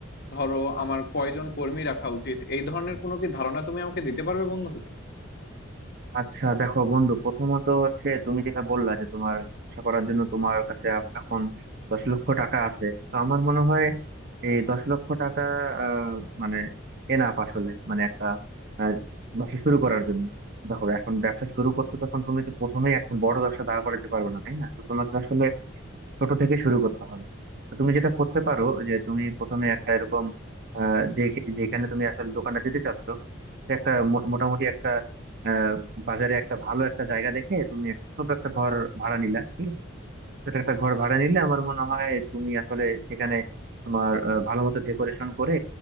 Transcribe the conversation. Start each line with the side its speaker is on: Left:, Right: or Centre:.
Left: ধরো আমার কয়জন কর্মী রাখা উচিত এই ধরনের কোনো কি ধারণা তুমি আমাকে দিতে পারবে বন্ধু
Right: আচ্ছা দেখো বন্ধু প্রথমত হচ্ছে তুমি যেটা বললা যে তোমার ব্যবসা করার জন্য তোমার কাছে আপ- এখন দশ লক্ষ টাকা আছে তো আমার মনে হয় এই দশ লক্ষ টাকা আহ, মানে এনাফ আসলে মানে একটা আহ, ব্যবসা শুরু করার জন্য দেখো এখন ব্যবসা শুরু করতে তখন তুমি তো প্রথমেই একটা বড় ব্যবসা দাঁড় করাতে পারবে না তাই না তো তোমাকে আসলে ছোট থেকে শুরু করতে হবে তো তুমি যেটা করতে পারো যে তুমি প্রথমে একটা এরকম আহ, যে যেখানে তুমি আসলে দোকানটা দিতে চাচ্ছ সে একটা মো- মোটামুটি একটা আহ, বাজারে একটা ভালো একটা জায়গা দেখে তুমি একটা ছোট একটা ঘর ভাড়া নিলা ঠিক আছে ছোট একটা ঘর ভাড়া নিলে আমার মনে হয় তুমি আসলে সেখানে তোমার আহ, ভালো মতো ডেকোরেশন করে